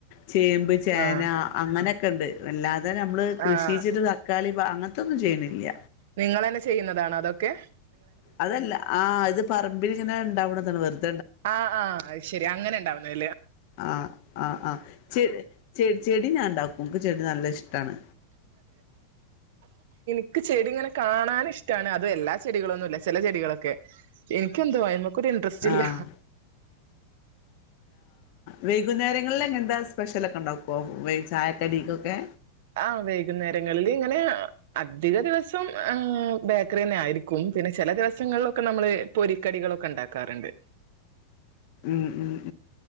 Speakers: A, on the left; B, on the right.
A: ചേമ്പ്, ചേന
B: ആഹ്
A: അങ്ങന ക്കണ്ട് അല്ലാതെ ഞ്ഞം മ്മള് കൃഷീച്ച്ട്ട്
B: ആഹ്
A: തക്കാളി, പ അങ്ങ തൊന്നും ചെയ്യണില്ല.
B: നിങ്ങളെന്നെ ചെയ്യുന്നതാണോ തൊക്കെ?
A: അതല്ലാ ആ ഇത് പറമ്പില് ങ്ങനെ ണ്ടാവ്ണതാണ് വെർത്
B: ആ ആ അയ്ശരി അങ്ങനെ ണ്ടാവ്ണത് ല്ലേ
A: ആ ആ ആ ചെ ചെടി ചെടി ഞണ്ടാക്കും ഇൻക്ക് ചെടി നല്ല ഇഷ്ട്ടാണ്.
B: ക്ക് ചെടിങ്ങനെ കാണാനിഷ്ട്ടാണ് അത് എല്ലാചെടികളൊന്നൂല്ല ചെല ചെടികളൊക്കെ ഇൻക്കെന്തോ ഐമക്ക് കോരിന്ട്രെസ്റ്റില്ല
A: ആഹ് വൈക്കുന്നേരങ്ങളിലെങ്ങനത്താ സ്പെഷ്യലൊക്കെണ്ടാക്കോ? പ്പോ ചായക്കടീക്കൊ ക്കെ
B: ആഹ് വൈകുന്നേരങ്ങളിലിങ്ങനെ അധികദിവസം ബേക്കറിന്നെ ആയിരിക്കും പിന്നെ ചെല ദിവസങ്ങളിൽ നമ്മള് പൊരിക്കടികളൊക്കെണ്ടാക്കാ റ്ണ്ട്.
A: മ് മ്